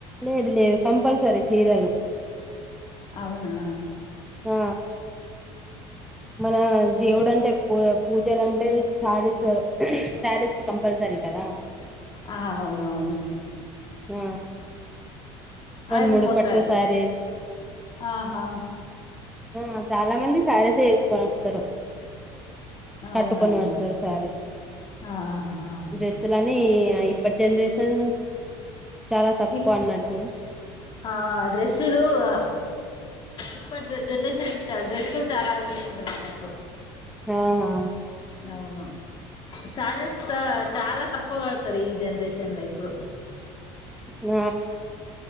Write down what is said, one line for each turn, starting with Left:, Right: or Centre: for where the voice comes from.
Centre: లేదు లేదు కంపల్సరీ చీరలు
Left: అవునా
Centre: ఆ మన దేవుడు అంటే పూ పూజలు అంటే శారీస్ శారీస్ కంపల్స రి కదా
Left: ఆహ అవునువును
Centre: ఆ రెండు
Left: ఇప్పుడు
Centre: మూడు
Left: కొందరు
Centre: పట్టు శారీస్
Left: ఆహా
Centre: ఆ చాలా మంది శారీస్ ఎ వేసుకొని వస్తారు కట్టుకొని
Left: అవునవును
Centre: వస్తారు శారీస్
Left: ఆహా
Centre: డ్రెస్సులని ఇప్పటి జనరేషన్ చాలా తక్కువ
Left: ఇప్
Centre: అన్నట్టు
Left: ఆ డ్రెస్సులు ఆ ఇప్ప జనరేషన్ చాల డ్రెస్ స్తులు చాలా వేసుకుంటారు అన్నట్టు
Centre: ఆహా
Left: అవును శారీసు చాలా తక్కువ కడతారు ఈ జనరేషన్ లో ఇప్పుడు
Centre: ఆ